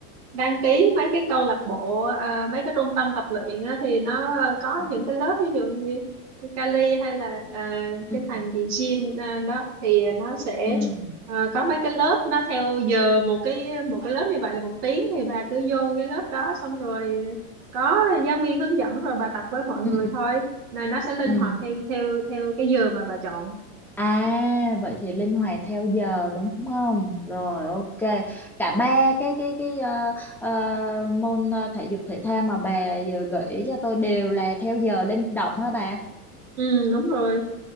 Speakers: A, on the right (about 75°); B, in the centre.
A: đăng ký mấy cái câu lạc bộ à, mấy cái trung tâm tập luyện á, thì nó có
B: ừ
A: những cái lớp ví dụ như cái Cali hay là à,
B: ừ
A: cái thằng gì gym à, đó thì nó sẽ
B: ừ
A: ờ, có mấy cái lớp nó theo giờ một cái một cái lớp như vậy là một tiếng thì bà cứ vô cái lớp đó xong rồi có giáo viên hướng dẫn rồi bà tập với mọi
B: ừ
A: người thôi này nó sẽ linh
B: ừ
A: hoạt theo theo theo cái giờ mà bà chọn
B: À vậy thì linh hoạt theo giờ đúng không? Rồi ok. Cả ba cái cái cái ờ, ờ, môn ờ, thể dục thể thao mà bà vừa gợi ý cho tôi đều là theo giờ linh động hả bà?
A: Ừ, đúng rồi.